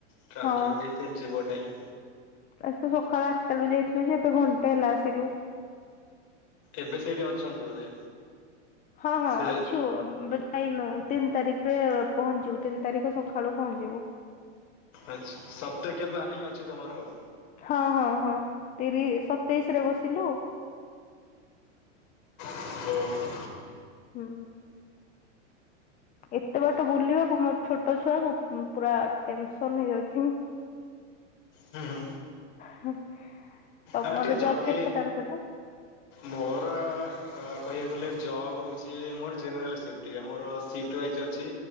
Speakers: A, on the left (about 40°); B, on the left (about 20°).
A: ଟ୍ରାଭେଲିଂ
B: ହଁ
A: ରେ ହିଁ ତ ଯିବ ଟାଇମ୍।
B: କାଲି ତ ସକାଳ ଆଠଟା ରୁ ଯାଇଥିଲୁ ଯେ ଏବେ ଘଣ୍ଟାଏ ହେଲା ଆସିଲୁ।
A: ଏବେ ସେଇଠି ଅଛନ୍ତି ବୋଧେ।
B: ହଁ ହଁ,
A: ସେ
B: ଅଛୁ। ଆଇ ନୋ, ତିନି ତାରିଖରେ ପହଞ୍ଚିବୁ ତିନି ତାରିଖ ସଖାଳୁ ପହଞ୍ଚିଯିବୁ।
A: ଆଚ୍ଛା, ସପ୍ତାହେକା ପ୍ଲାନିଂ ଅଛି ତମର ଆଉ।
B: ହଁ ହଁ ହଁ, ତିରିଶ, ସତେଇଶ ରେ ବସିଲୁ।
A: ହ
B: ହୁଁ। ଏତେ ବାଟ ବୁଲିବାକୁ ମୋର ଛୋଟ ଛୁଆକୁ ପୁରା ଟେନସନ୍ ହେଇଯାଉଛି।
A: ହୁଁ ହୁଁ
B: ହୁଁ, ତମର
A: ଆଉ ଟିକେ ଜଗି
B: ଜବ୍ କେତେଟାରୁ କେଟା?
A: ମୋର ଅ ଅ କହିଆକୁ ଗଲେ ଜବ୍ ହୋଉଛି ମୋର ଜେନେରାଲ ସିପ୍ଟି, ଆମର ସିପ୍ଟ୍ ୱାଇଜ୍ ଅଛି।